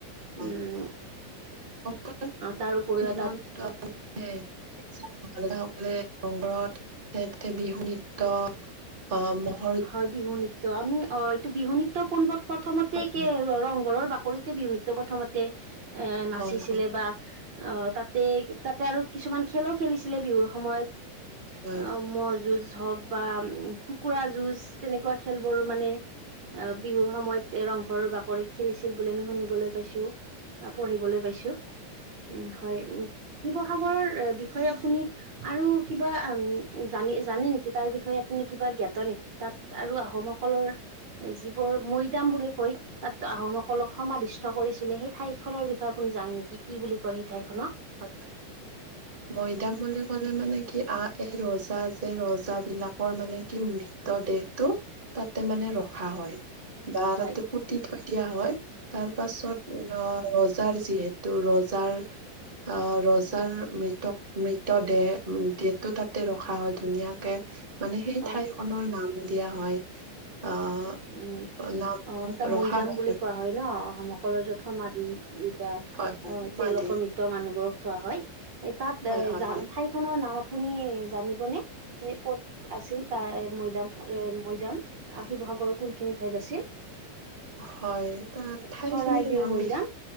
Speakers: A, on the right (about 15°); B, on the right (about 85°).
A: <unintelligible>
B: উম
A: <unintelligible>
B: তাৰ উপৰিও তাত
A: সকলে ৰংঘৰত বিহু নৃত্য আহ।
B: হয় বিহু নৃত্য আমি অ এইটো বিহু নৃত্য পোন প্ৰথমতে
A: হয়, হয়,
B: ৰংঘৰৰ বাকৰিত তাতে বিহু নৃত্য প্ৰথমতে এ নাচিছিলে
A: হয়, হয়, হয়,
B: বা। অ তাতে তাতে আৰু কিছুমান খেলো খেলিছিলে বিহুৰ সময়ত।
A: হয়।
B: অ ম'হ যুজ হওক বা কুকুৰা যুঁজ যুজ তেনেকুৱা খেলবোৰ মানে এই বিহু। বিহুৰ সময়ত এ ৰংঘৰৰ বাকৰিত খেলিছিল বুলি আমি শুনিবলৈ পাইছো বা পঢ়িবলৈ পাইছো। উম হয় উম শিৱসাগৰৰ বিষয়ে আপুনি। আৰু কিবা উম জানি জানে নেকি তাৰ বিষয়ে আপুনি কিবা জ্ঞাত নেকি। তাত আৰু আহোমসকলৰ যিবোৰ মৈদাম বুলি কয় তাত আহোমসকল। সকলক সমাধিষ্ট কৰিছিলে সেই ঠাইখনৰ বিষয়ে আপুনি জানে নেকি কি বুলি কয় সেই ঠাইখনক।
A: হয় মৈদাম বুলি ক'লে মানে কি আ এই ৰজা যে ৰজা বিলাকৰ মানে কি মৃৃত। মৃত দেহটো। তাতে মানে ৰখা হয় বা
B: হয়
A: তাতে পুতি থৈ দিয়া হয় তাৰ পাছত। অ ৰজাৰ যিহেতু ৰজাৰ। আহ ৰজাৰ মৃত মৃত দেহ দেহটো তাতে ৰখা হয় ধুনীয়া। তাকে সেই
B: হয়
A: ঠাইখনৰ নাম দিয়া হয় আহ।
B: উম
A: নাম
B: অ এতিয়া
A: ৰখা
B: মৈদাম
A: হয়
B: বুলি কোৱা হয় ন আহোমসকলৰ যত সমাধি। বা
A: হয় হয়
B: অ
A: উমাধি
B: তেওঁলোকৰ মৃত মানুহবোৰক থোৱা হয়। তাত
A: হয়
B: এ
A: হয় হয়
B: ঠাইখনৰ নাম আপুনি জানিবনে। ক'ত আছিল তাৰ মৈদাম মৈদাম আ শিৱসাগৰ। কোনখিন ঠাইত আছিল
A: হয় তাত ঠাই
B: চৰাইদেউ
A: খিনিৰ নাম
B: মৈদাম।
A: বিশেষ